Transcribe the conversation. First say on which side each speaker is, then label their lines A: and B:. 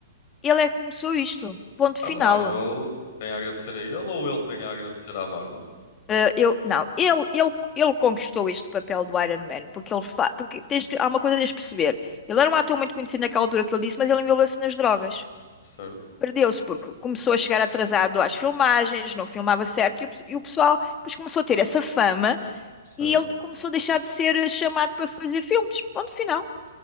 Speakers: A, on the left; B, on the left.
A: Ele é que começou isto, ponto final.
B: A Marvel tem a agradecer a ele ou ele tem a agradecer à Marvel?
A: Eh, eu, não, ele, ele, ele conquistou este papel do Iron Man porque ele fa... porque tens que- há uma coisa que tens de perceber. Ele era um ator muito conhecido naquela altura que ele disse, mas ele envolveu-se nas drogas.
B: Certo,
A: Perdeu-se porque começou a chegar atrasado às filmagens, não filmava certo, e o, pe- e o pessoal depois começou a ter essa fama
B: sim.
A: e ele começou a deixar de ser eh, chamado para fazer filmes. Ponto final.